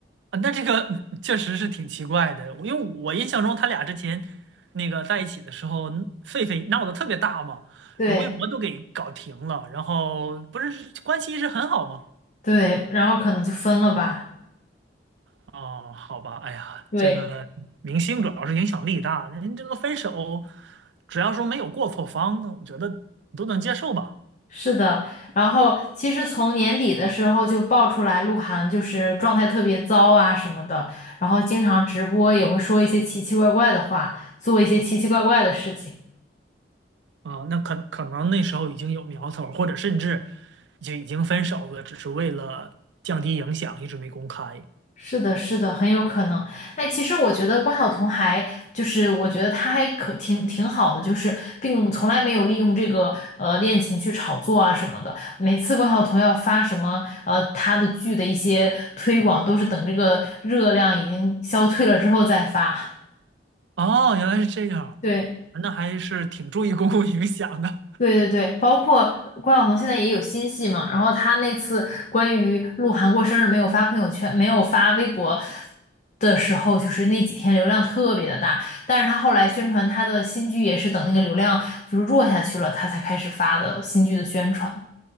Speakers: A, on the right; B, on the left.
A: 啊，那这个 <laughs> 确实是挺奇怪的。我因为我印象中他俩之前那个在一起的时候，狒狒闹得特别大嘛，
B: 对
A: 然后微博都给搞停了，然后不是关系一直很好吗？
B: 对，然后可能就分了吧。
A: 哦，好吧，哎呀，
B: 对。
A: 这个明星主要是影响力大，人这个分手，只要说没有过错方，那我觉得都能接受吧。
B: 是的，然后其实从年底的时候就爆出来鹿晗就是状态特别糟啊什么的，然后经常直播也会说一些奇奇怪怪的话，做一些奇奇怪怪的事情。
A: 啊、那可可能那时候已经有苗头，或者甚至就已经分手了，只是为了降低影响，一直没公开。
B: 是的，是的，很有可能。哎，其实我觉得关晓彤还就是我觉得她还可挺挺好的，就是并从来没有利用这个呃恋情去炒作啊什么的。每次关晓彤要发什么呃她的剧的一些推广，都是等这个热量已经消退了之后再发。
A: 哦，原来是这样，
B: 对
A: 那还是挺注意公共影响的。
B: 对对对，包括关晓彤现在也有新戏嘛，然后她那次关于鹿晗过生日没有发朋友圈，没有发微博的时候，就是那几天流量特别的大，但是她后来宣传她的新剧也是等那个流量就是弱下去了，她才开始发的新剧的宣传。